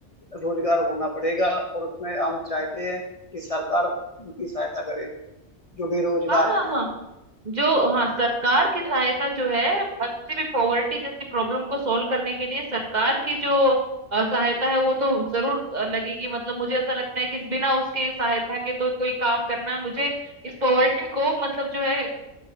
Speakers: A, on the left; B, on the right.
A: रोजगार होना पड़ेगा और उसमें हम चाहते हैं कि सरकार उनकी सहायता करे जो बेरोजगार
B: हाँ हाँ
A: हैं
B: हाँ जो हाँ सरकार की सहायता जो है किसी भी पॉवर्टी जैसी प्रॉब्लम को सॉल्व करने के लिए सरकार की जो अ, सहायता है वो तो जरूर अ, लगेगी मतलब मुझे ऐसा लगता है कि बिना उसके सहायता के तो कोई काम करना मुझे इस पॉवर्टी को मतलब जो है